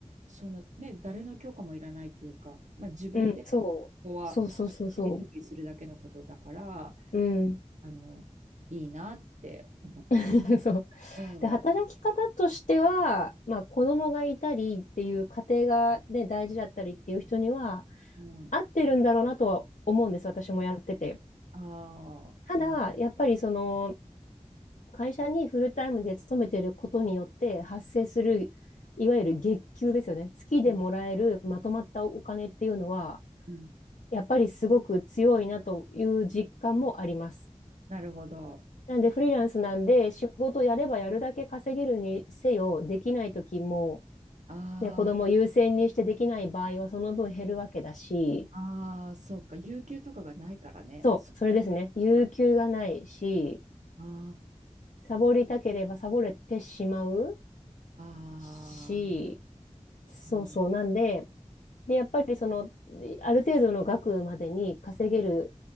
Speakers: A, on the right (about 70°); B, on the left (about 85°).
A: そのね、誰の許可もいらないというか、まあ、自分でこ
B: うん。うん、そう。
A: こは尻拭きするだけのことだから、
B: そうそうそうそう。うん。
A: あの、いいなって思ってる。
B: <laughs> そう
A: うん。
B: で働き方としては、まあ、子供がいたりっていう家庭が、ね、大事だったりっていう人には
A: うん。
B: 合ってるんだろうなとは思うんです私もやってて。
A: ああ、はい。
B: ただやっぱりその会社にフルタイムで勤めてることによって発生するいわゆる月給ですよね月でもらえるまとまったお金っていうのは
A: うん。うん
B: やっぱりすごく強いなという実感もあります。
A: なるほど。
B: なんでフリーランスなんで仕事やればやるだけ稼げるにせよ、できない時も、
A: あ
B: ね、子供優先にしてできない場合はその分減るわけだし、
A: あ、ああ、そうか。有給とかがないからね。
B: そう、
A: そうだよ。
B: それですね。有給がないし、
A: 確かに。あ
B: サボりたければサボれてしまう
A: あ、
B: し、
A: あ
B: そうそう。
A: あ、はい。
B: なんで、で、やっぱりその、ある程度の額までに稼げる